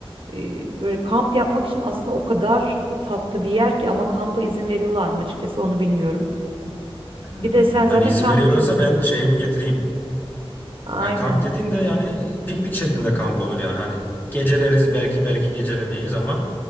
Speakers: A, on the right (about 60°); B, on the left (about 20°).
A: Ee, böyle kamp yapmak için aslında o kadar tatlı bir yer ki ama kampa izin veriyorlar mı açıkçası onu bilmiyorum.
B: Hmm.
A: Bir de sen zaten
B: Hani izin
A: kamp
B: veriyorlarsa ben şeyimi getireyim.
A: aynen
B: Yani kamp dediğin de yani e, piknik şeklinde kamp olur yani. Hani geceleriz belki belki gecelemeyiz ama